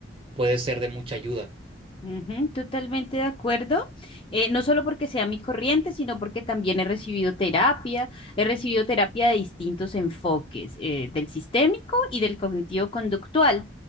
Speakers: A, on the right; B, on the left.
A: puede ser de mucha ayuda.
B: Ujú, totalmente de acuerdo, Eh, no solo porque sea mi corriente, sino porque también he recibido terapia, he recibido terapia de distintos enfoques, eh, del sistémico y del cognitivo-conductual.